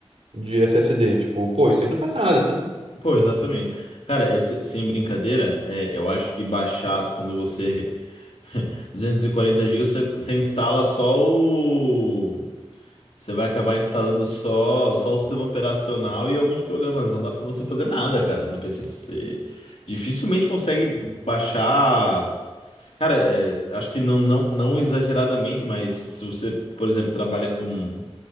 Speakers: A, on the right; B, on the left.
A: de SSD. Tipo, pô, isso aí não faz nada, sabe?
B: Pô, exatamente. Cara, eu se- sem brincadeira, é, eu acho que baixar quando você <laughs> 240 gigas você, você instala só o. Você vai acabar instalando só, só o sistema operacional e alguns programas. Não dá pra você fazer nada, cara, no PC. Você dificilmente consegue baixar. Cara, é, acho que não, não, não exageradamente, mas se você, por exemplo, trabalha com,